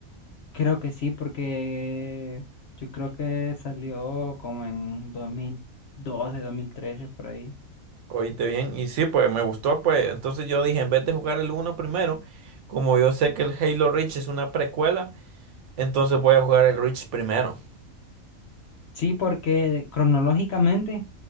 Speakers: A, on the left; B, on the right.
A: Creo que sí, porque yo creo que salió como en 2012, 2013, por ahí.
B: Oíste bien, y sí, pues me gustó, pues. Entonces yo dije, en vez de jugar el uno primero, como yo sé que el Halo Reach es una precuela, entonces voy a jugar el Reach primero.
A: Sí, porque cronológicamente